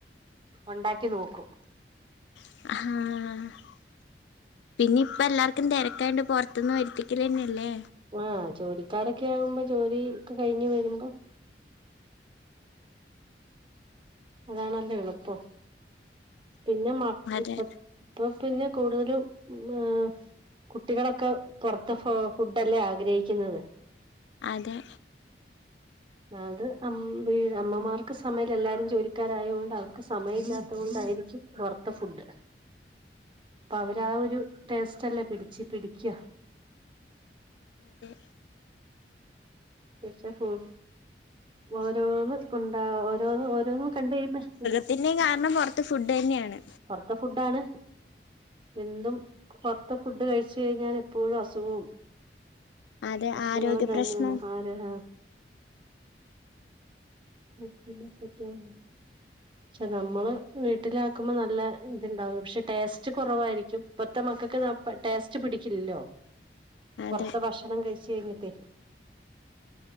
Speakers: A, on the right; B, on the left.
A: ഒണ്ടാക്കി നോക്കും
B: ആഹ് <unintelligible> പിന്നെ ഇപ്പ എല്ലാർക്കും തെരക്കായൊണ്ട് പൊറത്തിന്ന് വരുത്തിക്കല് തന്നെയല്ലേ
A: ആഹാ ജോലിക്കാരൊക്കെ ആകുമ്പോ ജോലി ഒക്കെ കഴിഞ്ഞ് വരുമ്പം - അതാണല്ലോ എളുപ്പം പിന്നെ മ
B: അതെ
A: ഇപ്പൊ ഇപ്പൊ പിന്നെ കൂടുതലും <unintelligible> കുട്ടികളൊക്കെ പൊറത്ത് ഫ ഫുഡല്ലേ ആഗ്രഹിക്കുന്നത്
B: അതെ
A: അത് അമ്മമാർക്ക് സമയം എല്ലാരും ജോലിക്കാരായൊണ്ട് അവർക്ക് സമയം ഇല്ലാത്ത കൊണ്ടായിരിക്കും പൊറത്തെ ഫുഡ് അപ്പൊ അവര് ആ ഒരു ടേസ്റ്റ് അല്ലേ പിടിച്ച് പിടിക്കുക
B: അതെ <unintelligible>
A: തീർച്ചയ <unintelligible> ഓരോന്ന് ഉണ്ട ഓരോന്ന് ഓരോന്നും കണ്ട് കഴിയുമ്പോൾ-
B: ഇതിൻ്റെ കാരണം പുറത്ത് ഫുഡന്നെയാണ്
A: പുറത്ത ഫുഡ്ഡ് ആണ് എന്നും പൊറത്ത് ഫുഡ് കഴിച്ചഴിഞ്ഞാൽ എപ്പോഴും അസുഖവും
B: അതെ
A: പ്രശ്നങ്ങളും
B: ആരോഗ്യ
A: തന്നെയാണ്
B: പ്രശ്നം
A: ആരഹ ഫുഡ്ഡനെ പറ്റിയാണ് പക്ഷെ നമ്മള് വീട്ടില് ആക്കുമ്പോൾ നല്ല ഇത്ണ്ടാവും പക്ഷെ ടേസ്റ്റ് കുറവായിരിക്കും ഇപ്പത്തെ മക്കൾക്ക് ടേസ്റ്റ് പിടിക്കില്ലല്ലോ
B: അതെ
A: പുറത്ത ഭക്ഷണം കഴിച്ച് കഴിഞ്ഞിട്ട്